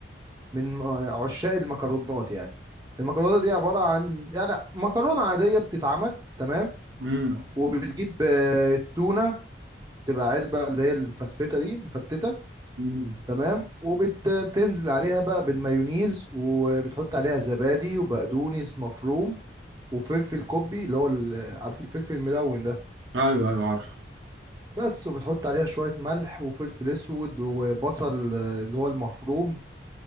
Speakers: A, on the right; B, on the right.
A: ومن آه، عشاق المكرونات يعني المكرونه دي عباره عن يعني مكرونه عاديه بتتعمل تمام
B: امم
A: وبتجيب آه، التونه تبقى علبه اللي هي المفتفته دي مفتته
B: امم
A: تمام وبتنزل عليها بقى بالمايونيز وبتحط عليها زبادي وبقدونس مفروم وفلفل كوبي اللي هو ال- عارف الفلفل الملون ده
B: ايوه ايوه عارف
A: بس وبتحط عليها شوية ملح وفلفل اسود وبصل آه، اللي هو المفروم